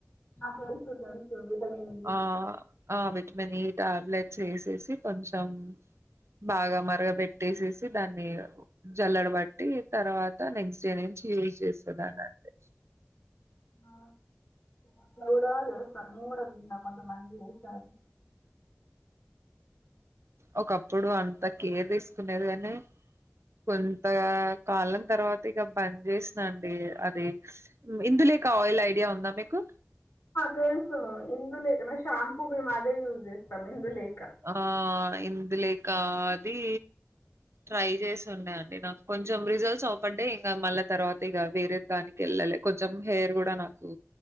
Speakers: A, on the left; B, on the right.
A: ఆ తెలుసు తెలుసు విటమిన్ఇ
B: ఆ ఆ విటమిన్ ఈ టాబ్లెట్స్ ఏసేసి కొంచెం బాగా మరగబెటి ట్టేసేసి దాన్ని జల్లడబట్టి తర్వాత నెక్స్ట్ డే నుంచి యూజ్ చేసే దాన్ని అండి
A: ఆ అట్ల గూడ చేస్తారు నేను గూడ విన్న కొంత మంది చేస్తారు
B: ఒకప్పుడు అంత కేర్ తీసుకునేది కానీ కొంత కాలం తర్వాత ఇక బంద్ చేసిన అండి అది ఇందులేక ఆయిల్ ఐడియా ఉందా మీకు
A: తెలుసు ఇందులేకన షాంపూ మేము అదే యూజ్ చేస్తాం ఇందులేక
B: ఆ ఇందులే కా ఆది ట్రై చేసి ఉండే అండి నాకు కొంచెం రిజల్ట్స్ అవుపడ్డే ఇంకా మళ్ళా తర్వాత ఇక వేరే దానికి వెళ్ళాలి కొంచెం హెయిర్ కూడా నాకు